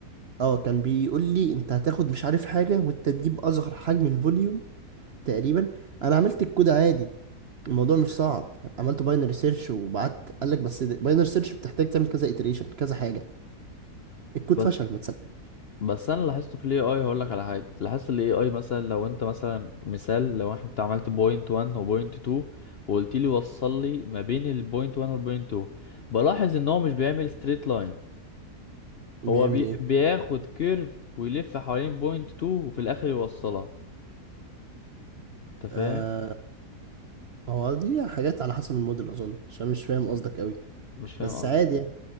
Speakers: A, on the right; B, on the left.
A: اه كان بيقول لي انت هتاخد مش عارف حاجه وانت تجيب اصغر حجم الفوليوم تقريبا انا عملت الكود عادي الموضوع مش صعب عملت باينري سيرش وبعت قال لك بس باينري سيرش بتحتاج تعمل كذا iteration كذا حاجه الكود
B: بس
A: فشل ما تسلم
B: بس انا لاحظته في الاي اي هقول لك على حاجه لاحظت الاي اي مثلا لو انت مثلا مثال لو انت عملت بوينت 1 وبوينت 2 وقلت لي وصل لي ما بين البوينت 1 والبوينت 2 بلاحظ ان هو مش بيعمل ستريت لاين هو
A: بيعمل
B: بي...
A: ايه
B: بياخد كيرف ويلف حوالين بوينت 2 وفي الاخر يوصلها انت
A: آه
B: فاهم
A: هو دي حاجات على حسب الموديل اظن عشان مش فاهم قصدك قوي
B: مش فاهم
A: بس
B: قصدي
A: عادي يعني